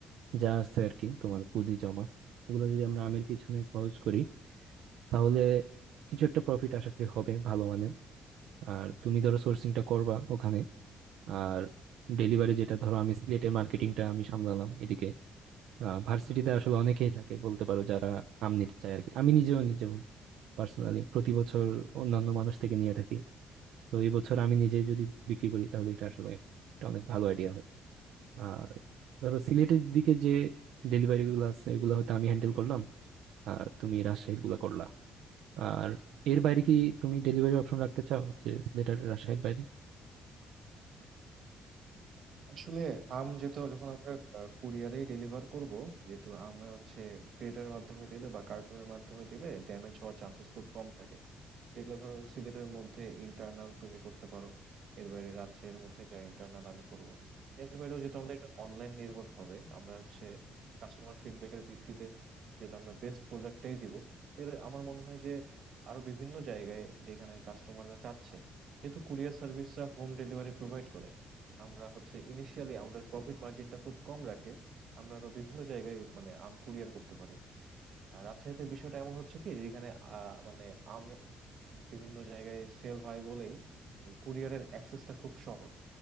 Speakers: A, on the right; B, on the right.
A: যা আছে আর কি তোমার পুঁজি জমা ওগুলো যদি আমরা আমের পিছনে খরচ করি তাহলে কিছু একটা প্রফিট আশা করি হবে ভালো মানের আর তুমি ধরো সোর্সিংটা করবা ওখানে আর ডেলিভারি যেটা ধরো আমি সিলেটের মার্কেটিংটা আমি সামলালাম এদিকে ভার্সিটিতে আসলে অনেকেই থাকে বলতে পারো যারা আম নিতে চায় আর কি আমি নিজেও নিজেও পার্সোনালি প্রতি বছর অন্যান্য মানুষ থেকে নিয়ে থাকি তো এই বছর আমি নিজে যদি বিক্রি করি তাহলে এটা আসলে একটা অনেক ভালো আইডিয়া হয় আর ধরো সিলেটের দিকে যে ডেলিভারি গুলো আছে এগুলো হয়তো আমি হ্যান্ডেল করলাম আর তুমি রাজশাহীর গুলো করলা আর এর বাইরে কি তুমি ডেলিভারি অপশন রাখতে চাও যে সিলেটের রাজশাহীর বাইরে
B: আসলে আম যেহেতু যখন আমরা কুরিয়ারেই ডেলিভার করব যেহেতু আম হচ্ছে ক্রেটের মাধ্যমে দিলে বা কার্টুনের মাধ্যমে দিলে ড্যামেজ হওয়ার চান্সেস খুব কম থাকে যেগুলো ধরো সিলেটের মধ্যে ইন্টারনাল তুমি করতে পারো এর বাইরে রাজশাহীর মধ্যে যা ইন্টারনাল আমি করব এর বাইরেও যেহেতু আমাদের এটা অনলাইন নির্ভর হবে আমরা হচ্ছে কাস্টমার ফিডব্যাকের ভিত্তিতে যেহেতু আমরা বেস্ট প্রোডাক্টটাই দিব তো এর আমার মনে হয় যে আরো বিভিন্ন জায়গায় যেখানে কাস্টমাররা চাচ্ছে যেহেতু কুরিয়ার সার্ভিসরা হোম ডেলিভারি প্রোভাইড করে আমরা হচ্ছে ইনিশিয়ালি আমাদের প্রফিট মার্জিনটা খুব কম রাখে আমরা আরো বিভিন্ন জায়গায় মানে আম কুরিয়ার করতে পারি আর রাজশাহীতে বিষয়টা এমন হচ্ছে কি যে এখানে আহ, মানে আম বিভিন্ন জায়গায় সেল হয় বলেই এই কুরিয়ারের অ্যাক্সেসটা খুব সহজ